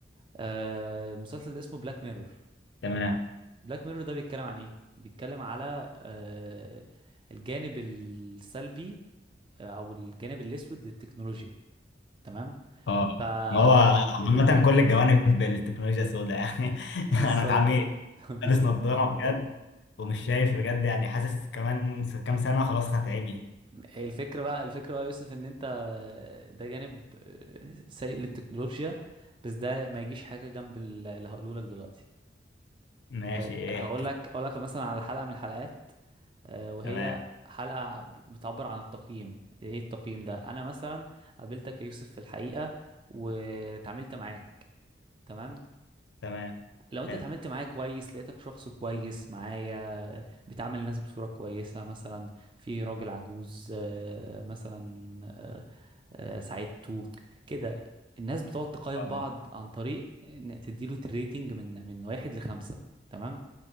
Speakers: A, on the right; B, on the left.
A: أه المسلسل ده اسمه بلاك ميرور
B: تمام
A: بلاك ميرور ده بيتكلم عن ايه بيتكلم على أه الجانب السلبي آه، او الجانب الاسود للتكنولوجيا تمام
B: اه
A: ف اه
B: ما هو عامة كل الجوانب التكنولوجيا السوداء يعني <laughs>
A: بالظبط
B: انا اتعميت
A: <laughs>
B: لابس
A: بالظبط
B: نظارة بجد ومش شايف بجد يعني حاسس كمان س- كام سنة خلاص هتعمي
A: هي الفكرة بقى الفكرة بقى يا يوسف ان انت ده جانب آه، سيء للتكنولوجيا بس ده ما يجيش حاجة جنب اللي هقوله لك دلوقتي
B: ماشي
A: أه،
B: ايه
A: هقول
B: احكي
A: لك اقول لك مثلا على حلقة من الحلقات أه، وهي
B: تمام
A: حلقة بتعبر عن التقييم ايه التقييم ده انا مثلا قابلتك يا يوسف في الحقيقة وتعاملت معاك تمام
B: تمام
A: لو
B: حلو
A: انت اتعاملت معايا كويس لقيتك شخص كويس معايا بتعامل الناس بصورة كويسة مثلا في راجل عجوز آه، مثلا آه، آه، ساعدته كده الناس بتقعد تقيم
B: اه
A: بعض عن طريق ان تديله الريتنج من من واحد لخمسة تمام